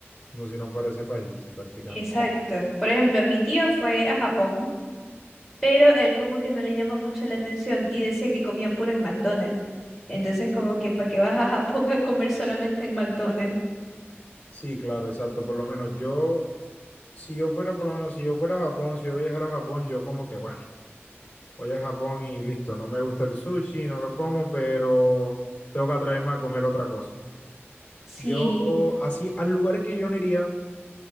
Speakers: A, on the left (about 30°); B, in the centre.
A: como si no fuera ese país, prácticamente.
B: exacto. Por ejemplo, mi tío fue a Japón. pero él como que no le llama mucho la atención y decía que comía puro en McDonald's. Entonces como que para que vas a Japón a comer solamente en McDonald's.
A: Sí, claro, exacto. Por lo menos yo, si yo fuera, por lo menos si yo fuera a Japón, si yo viajara a Japón, yo como que, bueno, voy a Japón y listo, no me gusta el sushi, no lo como, pero tengo que atreverme a comer otra cosa.
B: Sí.
A: Yo, así, al lugar que yo no iría